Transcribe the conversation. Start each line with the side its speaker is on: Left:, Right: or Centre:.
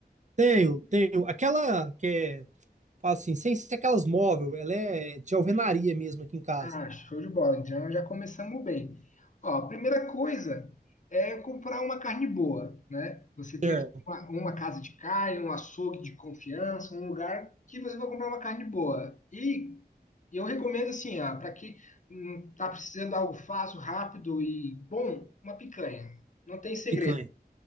Right: Tenho, tenho. Aquela que é, fala assim, sem ser aquelas móvel, ela é de alvenaria mesmo aqui em casa.
Left: Ah, show de bola. Então já começamos bem. Ó, a primeira coisa é comprar uma carne boa, né? Você
Right: Certo.
Left: tem que ir a uma, uma casa de carne, um açougue de confiança, um lugar que você vai comprar uma carne boa. E eu recomendo assim, ah, para quem hum, tá precisando de algo fácil, rápido e bom, uma picanha. Não tem segredo.
Right: Picanha.